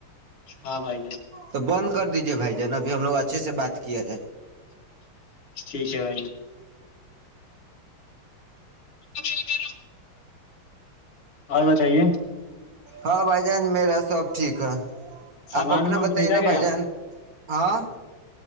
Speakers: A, on the left; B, on the right.
A: ہاں بھائی جان
B: تو بند کر دیجے بھائی ج ن ابھی ہم لوگ اچھے سے بات کیا جائے
A: ٹھیک ہے بھائی تو پ کا ن اور بتائیے
B: ہاں بھائی جان میرا سب ٹھیک ہے
A: سامان
B: آپ اپنا
A: وامان
B: بتائیے
A: خریدا
B: نا
A: گیا
B: بھائی جان ہاں